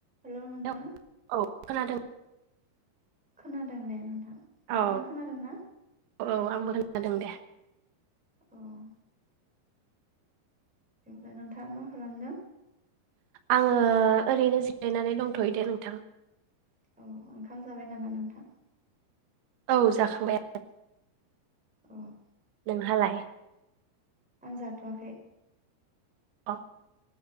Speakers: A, in the centre; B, on the right (about 90°).
A: हेल' नोंथां
B: hello औ खोनादों।
A: खोनादों दे नोंथां नोंथाङा
B: औ
A: खोनादोंना?
B: औ आंबो खोनादों दे।
A: अ' ओमफाय नोंथाङा मा खालामदों?
B: आङो ओरैनो जिरायनानै दंथ'यो दे नोंथां।
A: औ ओंखाम जाबाय नामा नोंथां?
B: औ जाखांबाय।
A: अ'
B: नोंहालाय?
A: आं जाथ'वाखै।
B: अ'